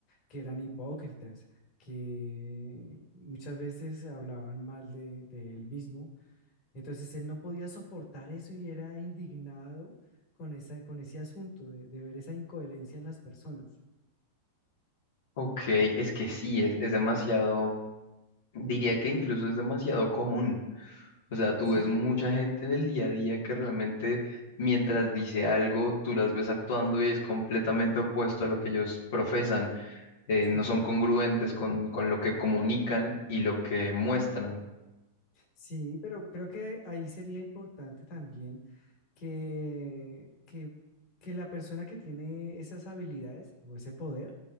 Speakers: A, on the left; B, on the left.
A: que eran hipócritas, que muchas veces hablaban mal de, de él mismo. Entonces él no podía soportar eso y era indignado con esa, con ese asunto de de ver esa incoherencia en las personas.
B: Ok, es que sí, es, es demasiado, diría que incluso es demasiado común. O sea, tú
A: Sí,
B: ves mucha gente en el día a día que realmente mientras dice algo, tú las ves actuando y es completamente opuesto a lo que ellos profesan. Eh,
A: sí,
B: no son congruentes con, con lo que comunican y lo que muestran.
A: sí, pero creo que ahí sería importante también que, que, que la persona que tiene esas habilidades o ese poder,